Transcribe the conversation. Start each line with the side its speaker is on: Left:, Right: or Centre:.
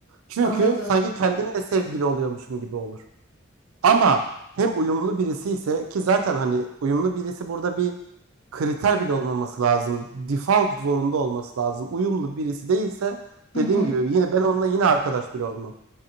Right: Çünkü
Left: anladım.
Right: sanki kendimle sevgili oluyormuşum gibi olur. Ama hem uyumlu birisi ise ki zaten hani uyumlu birisi burada bir kriter bile olmaması lazım. Default zorunda olması lazım. Uyumlu birisi değilse
Left: Hı
Right: dediğim
Left: hı,
Right: gibi yine ben onunla yine arkadaş bile olmam.